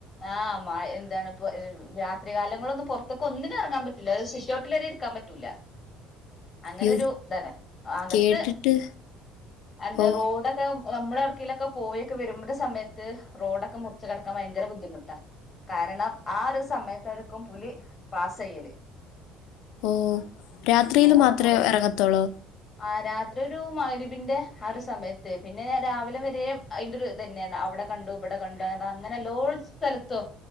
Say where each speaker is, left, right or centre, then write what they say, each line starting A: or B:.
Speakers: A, on the left; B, on the left.
A: ആഹ് മഴ എന്താണ് ഇപ്പൊ രാത്രികാലങ്ങളിലൊന്നും പൊർത്തൊക്കെ ഒന്നിനും എറങ്ങാൻ പറ്റുല ഒരു സിറ്റഔട്ടില്‌വരേ ഇരിക്കാൻ പറ്റൂല അങ്ങനെ
B: യ്യോ
A: ഒരു താണ് ആകത്ത്
B: കേട്ടിട്ട്
A: അന്ത
B: ഓ
A: റോഡ് ക്കെ നമ്മള് എടക്കേലൊക്കെ പോയൊക്കെ വരുമ്പ്ട സമയത്ത് റോഡൊക്കെ മുറിച്ച് കടക്കാ ഭയങ്കര ബു ബുദ്ധിമുട്ടാ കാരണം ആ ഒര് സമയത്തായ്രിക്കും പുലി പാസെയ്യല്
B: ഓ രാത്രിയിൽ
A: റോഡ്
B: മാത്രമേ
A: കുറ
B: ഇറങ്ങത്തുള്ളോ
A: ആഹ് രാത്രി ഒരു മഗ്‌രിബ്ന്റെ ആ ഒര് സമയത്ത് പിന്നേ രാവിലെ വരേം അയ്ൻ്റൊര് ഇതെന്നേണ് അവ്ടെ കണ്ടു ബടെ കണ്ടാർ അങ്ങനെ എല്ലോ സ്ഥലത്തോ